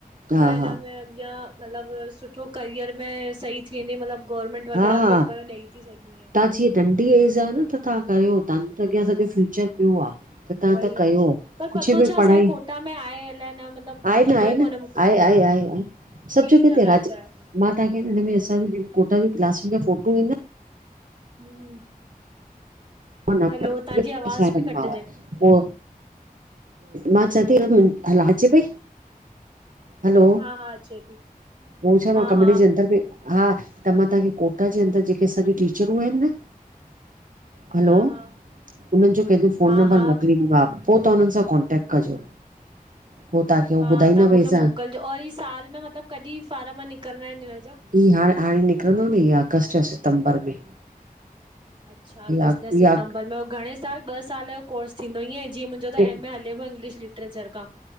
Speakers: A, on the right; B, on the right.
A: हा
B: त हिनमें
A: हा
B: अॻियां मतलब सुठो करियर में सही थी वेंदय मतलब गवर्नमेंट वग़ैरह
A: हा हा
B: पेपर ॾेई थी सघी हिंय।
A: तव्हां जीअं नंढी एज आ न त तहां कयो, तहांजे त अॻियां सॼो फ्यूचर पियो आ। त तां
B: वई
A: त कयो,
B: पर
A: कुछ
B: पतो
A: बि
B: छा असांजे
A: पढ़ाई,
B: कोटा में आहे अलाए न मतिलबु
A: आहे
B: पतो
A: न आहे
B: ई कोन्हे
A: न
B: मूंखे
A: आहे आहे आहे आहे, सब
B: कहिड़ी
A: जगह
B: जॻह
A: ते, राज
B: आहे
A: मां तांखे हिन्न में असां जी, कोटा जी क्लासुं जा फोटू इंदा
B: हम्म।
A: <unintelligible>
B: हैलो, तव्हांजी
A: उहो,
B: आवाज़ पई कटिजे।
A: मां चंआंती तांखे आवाज अचे पई? हैलो।
B: हा हा अचे पई।
A: हू छा
B: हा
A: मां कमरे
B: हा
A: जे अंंदर बि हा, त मां तांखे कोटा जे अंदर जेके असांजी टीचरूं आहिन न हैलो।
B: हा हा
A: उनहन जो केजो फ़ोन
B: हा
A: नंबर
B: हा
A: मोकिलींदी माव। पो तां हुनन सां कॉन्टेक्ट कजो। पो तांखे उहो
B: मां
A: ॿुधाईंदा
B: तव्हां मूंखे
A: भई असां
B: मोकिलिजो और ई साल में मतलब कॾि फारम निकिरंदा आहिन हिन जा?
A: ई हाणे- हाणे निकरंदो न इ अगस्त या सितंबर में।
B: अच्छा अगस्त
A: इहा
B: या सितंबर
A: इहा
B: में। अऊं घणे साल ॿ साल जो कोर्स थींदो? ईअं जीअं मुंहिंजो त
A: टे
B: एम ए हल इंग्लिश लिटरेचर का